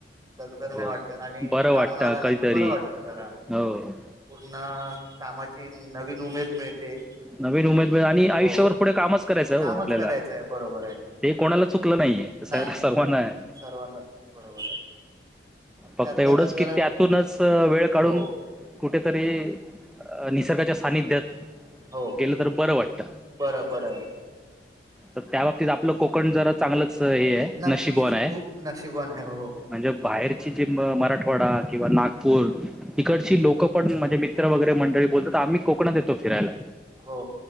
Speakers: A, on the right; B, in the centre.
A: दगदग
B: हो.
A: नाही वाटत. आणि
B: बरं
A: जाऊन
B: वाटतं
A: आल्यानंतर
B: कधीतरी.
A: बरं वाटत जरा.
B: हो.
A: पून्हा कामाची नवीन उमेद मिळते.
B: नवीन उमेद मिळे, आणि
A: हो
B: आयुष्याभर पुढे कामच करायचं हो,
A: कामच
B: आपल्याला.
A: करायचं आहे बरोबर आहे
B: ते कोणाला चुकलं नाहीये. स
A: नाही नाही
B: सर्वांनाय.
A: नाही सर्वांनाच बरोबर आहे पण
B: फक्त
A: त्यातल्या
B: एवढंच
A: त्यात
B: की,
A: जरा
B: त्यातूनच वेळ काढून
A: हो
B: कुठेतरी निसर्गाच्या सानिध्यात.
A: हो
B: गेलं तर बर वाटत.
A: बरं बरं आहे
B: तर त्या बाबतीत आपलं कोक कोकण जरा चांगलंच हे ये.
A: नक्कीच
B: नशिबवाणे.
A: खूप नशीबवान आहे हो
B: म्हणजे बाहेरची जी मराठवाडा किंवा नागपूर तिकडची लोक पण म्हणजे मित्र वगैरे मंडळी बोलतात. आम्ही कोकणात येतो फिरायला.
A: हो.